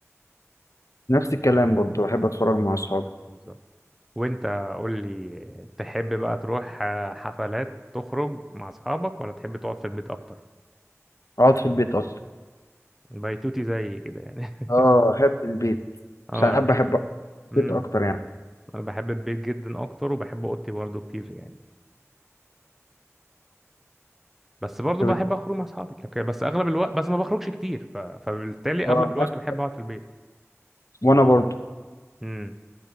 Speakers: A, on the left; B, in the centre.
A: نفس الكلام برضو بحب أتفرج مع أصحابي
B: بالظبط وانت قول لي تحب بقى تروح آه، حفلات تخرج مع اصحابك ولا تحب تقعد في البيت اكتر
A: أقعد في البيت أكتر
B: بيتوتي زي كده يعني <laughs>
A: اه أحب البيت ساعات
B: اه احب
A: بحب أقعد
B: امم
A: في البيت أكتر يعني
B: انا بحب البيت جدا اكتر وبحب اوضتي برضو كتير يعني بس برضو
A: طب
B: بحب
A: إت-
B: اخرج مع اصحابي لكن بس اغلب الوقت بس ما بخرجش كتير ف... فبالتالي اغلب
A: اه
B: الوقت
A: نفس
B: بحب اقعد في البيت
A: وأنا برضو
B: امم